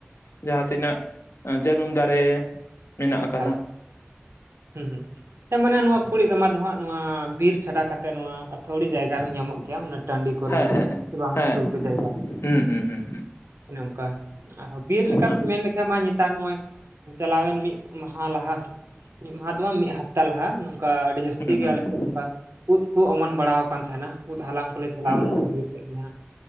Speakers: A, on the left; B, on the right.
A: ᱡᱟᱦᱟ ᱛᱤᱱᱟᱹᱜ ᱟ ᱡᱟᱹᱱᱩᱢ ᱫᱟᱨᱮ ᱢᱮᱱᱟᱜ ᱟᱠᱟᱫᱟ
B: ᱮᱠᱟᱞᱟ ᱦᱩᱸ ᱦᱩᱸ ᱥᱮ ᱢᱟᱱᱮ ᱱᱚᱣᱟ ᱠᱩᱲᱤᱫ ᱨᱟᱢᱟ ᱫᱚ ᱦᱟᱜ ᱱᱚᱣᱟ ᱵᱤᱨ ᱪᱷᱟᱰᱟ ᱠᱟᱛᱮᱜ ᱱᱚᱣᱟ ᱟᱹᱛᱷᱣᱲᱤ ᱡᱟᱭᱜᱟ ᱨᱮᱦᱚᱸ ᱧᱟᱢᱚᱜ ᱜᱮᱭᱟ ᱴᱟᱺᱰᱤ ᱠᱚᱨᱮ
A: ᱦᱮᱸ
B: ᱥᱮ ᱵᱟᱝ
A: ᱦᱮᱸ
B: ᱜᱷᱩᱴᱩ ᱜᱷᱩᱴᱩ ᱡᱟᱭᱜᱟ ᱨᱮ
A: ᱦᱮᱸ ᱦᱮᱸ
B: ᱚᱱᱮ ᱚᱱᱠᱟ ᱟᱨᱚᱸ ᱵᱤᱨ ᱞᱮᱠᱟ
A: ᱦᱩᱸ ᱦᱩᱸ
B: ᱛᱤᱧ ᱢᱮᱱ ᱞᱮᱠᱷᱟᱡ ᱢᱟ ᱱᱮᱛᱟᱨ ᱱᱚᱜᱚᱭ ᱪᱟᱞᱟᱣᱮᱱ ᱢᱤᱫ ᱢᱟᱦᱟ ᱞᱟᱦᱟ ᱢᱤᱫ ᱢᱟᱦᱟ ᱫᱚ ᱵᱟᱝ ᱢᱤᱫ ᱦᱟᱯᱛᱟ ᱞᱟᱦᱟ ᱱᱚᱝᱠᱟ ᱟᱹᱰᱤ ᱡᱟᱹᱥᱛᱤ
A: ᱦᱩᱸ
B: ᱜᱮ
A: ᱦᱩᱸ ᱦᱩᱸ ᱦᱩᱸ
B: ᱟᱞᱮ ᱥᱮᱫ ᱱᱚᱝᱠᱟ ᱩᱫ ᱠᱚ ᱚᱢᱚᱱ ᱵᱟᱲᱟ ᱠᱟᱱ ᱛᱟᱸᱦᱮᱱᱟ ᱾ ᱩᱫ ᱦᱟᱞᱟᱝ ᱠᱚᱞᱮ ᱪᱟᱞᱟᱣ
A: ᱦᱩᱸ
B: ᱞᱮᱱᱟ ᱵᱤᱨ ᱥᱮᱫ ᱜᱮ ᱦᱟᱸᱜ